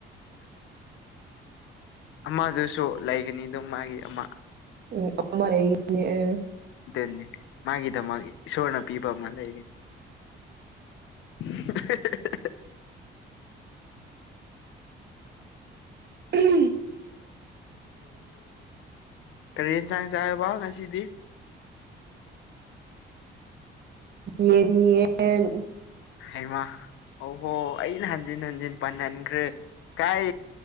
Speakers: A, on the left; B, on the right.
A: ꯑꯃꯗꯨꯁꯨ ꯂꯩꯒꯅꯤ ꯑꯗꯨꯝ ꯃꯥꯒꯤ ꯑꯃ
B: ꯎꯝ ꯑꯃ ꯂꯩꯒꯅꯤ ꯑꯥ
A: ꯗꯅꯤ ꯃꯥꯒꯤꯗꯃꯛ ꯏꯁꯣꯔꯅ ꯄꯤꯕ ꯑꯃ ꯂꯩꯒꯅꯤ <inaudible>
B: ꯄꯨꯜꯂꯤ <inaudible>
A: ꯀꯔꯤ ꯌꯦꯟꯁꯥꯡ ꯆꯥꯏꯕ ꯉꯁꯤꯗꯤ
B: ꯌꯦꯟ ꯌꯦꯟ ꯑꯦꯟ
A: ꯍꯩꯃ ꯑꯣꯍꯣ ꯑꯩꯅ ꯍꯟꯖꯤꯟ ꯍꯟꯖꯤꯟ ꯄꯟꯍꯟꯈ꯭ꯔꯦ ꯀꯥꯏ